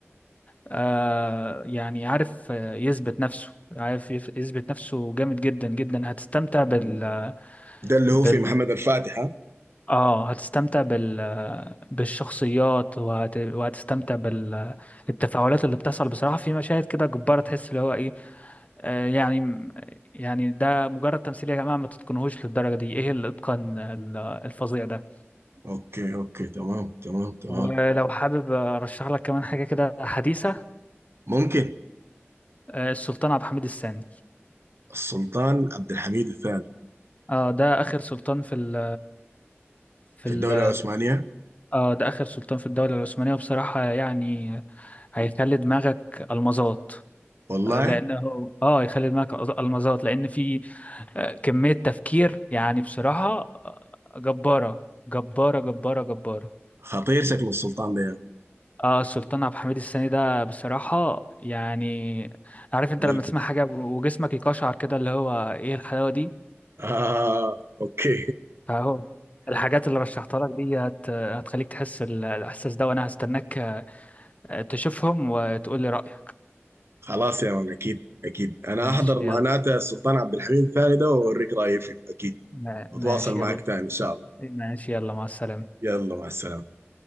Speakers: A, on the left; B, on the right.
A: آه يعني عارف آه، يثبت نفسه عارف يف- يثبت نفسه جامد جدا جدا هتستمتع بال
B: ده اللي
A: بال
B: هو في محمد الفاتح ها؟
A: اه هتستمتع بال بالشخصيات وهت... وهتستمتع بالتفاعلات اللي بتحصل بصراحة في مشاهد كده جبارة تحس اللي هو ايه آه يعني يعني ده مجرد تمثيل يا جماعة ما تتقنهوش للدرجة دي ايه الاتقان ال- الفظيع ده
B: اوكي اوكي تمام تمام تمام
A: ولو حابب ارشح لك كمان حاجة كده حديثة
B: ممكن
A: آه، السلطان عبد الحميد الثاني
B: السلطان عبد الحميد الثاني
A: اه ده اخر سلطان في ال في
B: في
A: ال
B: الدولة العثمانية
A: اه ده اخر سلطان في الدولة العثمانية وبصراحة يعني هيخلي دماغك المظات
B: والله
A: آه، لان هو اه هيخلي دماغك أز- المظات لان في آه، كمية تفكير يعني بصراحة آه، جبارة جبارة جبارة جبارة
B: خطير شكل السلطان ده يعني.
A: اه السلطان عبد الحميد الثاني ده بصراحة يعني عارف انت
B: وال...
A: لما تسمع حاجة وجسمك يقشعر كده اللي هو ايه الحلاوة دي
B: آه اوكي
A: فاهو الحاجات اللي رشحتها لك دي هت... هتخليك تحس ال- الإحساس ده وأنا هستناك آه، تشوفهم وتقول لي رأيك
B: <laughs> خلاص يا مان اكيد اكيد انا
A: ماشي
B: احضر معناته
A: يلا
B: السلطان عبد الحميد الثاني ده واوريك رايي فيه اكيد
A: ما- ماشي
B: اتواصل معك
A: يلا
B: تاني ان شاء الله
A: ماشي يلا مع السلامة
B: يلا مع السلامة